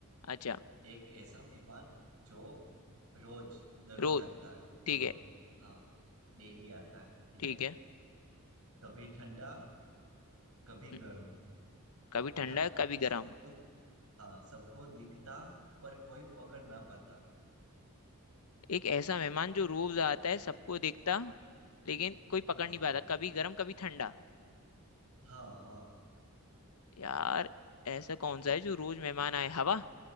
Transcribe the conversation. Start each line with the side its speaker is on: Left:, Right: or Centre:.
Left: अच्छा
Right: एक ऐसा मेहमान जो रोज दररोज
Left: रोज
Right: आता है
Left: ठीक
Right: रोज
Left: है
Right: हाँ डेली आता है ठीक
Left: ठीक
Right: है
Left: है
Right: कभी ठंडा कभी
Left: हम्म,
Right: गर्म
Left: कभी
Right: है
Left: ठंडा
Right: ना
Left: कभी
Right: सबको
Left: गर्म
Right: हाँ सबको दिखता पर कोई पकड़ ना पाता
Left: एक ऐसा मेहमान जो रोज आता
Right: समझ
Left: है सबको
Right: आई?
Left: दिखता लेकिन कोई
Right: हाँ
Left: पकड़ नहीं पाता कभी गर्म कभी ठंडा
Right: हाँ हाँ
Left: यार ऐसा कौन सा है जो रोज मेहमान आए हवा